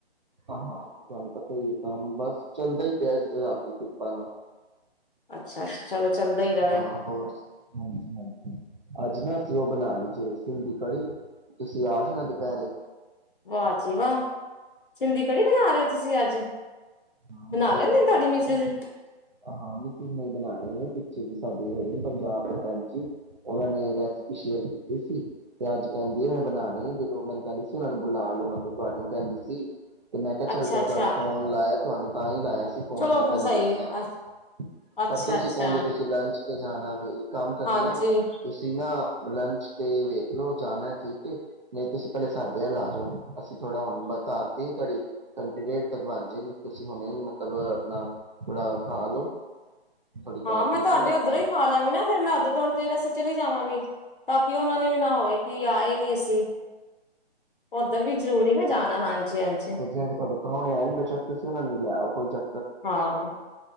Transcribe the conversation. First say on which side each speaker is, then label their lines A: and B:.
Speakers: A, on the right; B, on the left.
A: ਹਾਂ-ਹਾਂ ਉਹ ਤੁਹਾਨੂੰ ਪਤਾ ਹੀ ਹੈ ਕੰਮ ਬਸ ਚੱਲਦਾ ਹੀ ਪਿਆ ਰੱਬ ਦੀ ਕਿਰਪਾ ਨਾਲ।
B: ਅੱਛਾ ਅੱਛਾ ਚਲੋ ਚੱਲਦਾ ਹੀ ਰਵੇ
A: ਹਾਂ ਹੋਰ ਹਾਂਜੀ-ਹਾਂਜੀ ਅੱਜ ਨਾ ਅਸੀਂ ਉਹ ਬਣਾ ਸਿੰਦੀ ਖੜੀ ਤੁਸੀਂ ਆਸ਼ ਨਾ ਦੁਪਹਿਰੇ।
B: ਵਾ ਜੀ ਵਾਹ। ਸਿੰਦੀ ਕੜੀ ਬਣਾ ਰਹੇ ਹੋ ਤੁਸੀਂ ਅੱਜ।
A: ਹਾਂ ਮਿਸਿਜ
B: ਲੈਂਦੇ
A: ਨੇ ਬਣਾ
B: ਤੁਹਾਡੀ ਮਿਸਿਜ
A: ਲਈ ਏ, ਹਾਂ ਮਿਸਿਜ ਨਹੀਂ ਬਣਾ ਪਿੱਛੇ ਜੀ ਸਾਡੇ ਹੈਗੇ ਪੰਜਾਬ ਤੋਂ ਭੈਣ ਜੀ। ਉਹਨਾਂ ਨੇ ਰੈਸਪੀ ਸ਼ੇਅਰ ਕੀਤੀ ਸੀ ਤੇ ਅੱਜ ਕਹਿੰਦੀ ਮੈਂ ਬਣਾਣੀ ਏ ਮੈਨੂੰ ਕਹਿੰਦੀ ਸੀ ਉਹਨਾਂ ਨੂੰ ਬੁਲਾ ਲੋ ਮਤਲਬ ਤੁਹਾਨੂੰ ਕਹਿੰਦੀ ਸੀ। ਤੇ ਮੈਂ ਕਿਹਾ ਚੱਲ
B: ਅੱਛਾ
A: ਤ
B: ਅੱਛਾ
A: ਤੁਹਾਡਾ ਫੋਨ ਲਾਇਆ ਤੁਹਾਨੂੰ ਤਾਂ ਹੀ ਲਾਇਆ ਫੋਨ
B: ਚਲੋ
A: ਮੈਂ ਪਹਿਲੇ
B: ਫਿਰ ਸਹੀ
A: ਦੱਸਿਆ
B: ਹੈ
A: ਨੀ,
B: ਅੱਛਾ
A: ਪਰ ਤੁਸੀਂ
B: ਅੱਛਾ
A: ਕਹਿੰਦੇ ਤੁਸੀਂ ਲੰਚ ਤੇ ਜਾਣਾ ਵੇ ਇੱਕ ਕੰਮ ਕਰਨੇ
B: ਹਾਂਜੀ
A: ਆ ਤੁਸੀਂ ਨਾ ਲੰਚ ਤੇ ਵੇਖਲਓ ਜਾਣਾ ਠੀਕ ਐ ਨਹੀਂ ਤੁਸੀਂ ਪਹਿਲੇ ਸਾਡੇ ਵੱਲ ਆ ਜਾਓ ਅਸੀਂ ਥੋੜਾ ਹੁਣ ਧਾਰਤੀ ਘੜੀ ਘੰਟੇ ਡੇਢ ਤੱਕ ਬਣ ਬਨ ਜੇਗੀ। ਤੁਸੀਂ ਹੁਣੇ ਮਤਲਬ ਆਪਣਾ ਥੋੜਾ ਖਾ ਲਓ। ਥੋੜੀ
B: ਹਾਂ
A: ਖਾ
B: ਮੈਂ
A: ਪੀ
B: ਤੁਹਾਡੇ
A: ਕੇ ਨਾ ਆਪਣਾ
B: ਉੱਧਰੋ ਹੀ ਖਾ ਲਾਂਗੀ ਨਾ ਫ਼ਿਰ ਮੈਂ ਉੱਧਰ <unintelligible> ਜਾਵਾਂਗੇ ਤਾਂ ਕਿ ਉਹਨਾ ਨੂੰ ਵੀ ਨਾ ਹੋਵੇ ਕਿ ਆਏ ਨੀ ਅਸੀਂ ਉੱਧਰ ਵੀ ਜ਼ਰੂਰੀ ਨਾ ਜਾਣਾ ਹਾਂਜੀ ਹਾਂਜੀ
A: ਤੇ ਜਿਹੜੇ ਤੁਹਾਡੇ ਪ੍ਰਾਹੁਣੇ ਆ ਬੇਸ਼ੱਕ ਤੁਸੀਂ ਉਹਨਾ ਨੂੰ ਵੀ ਲਿਆਓ ਕੋਈ ਜਾ
B: ਹਾਂ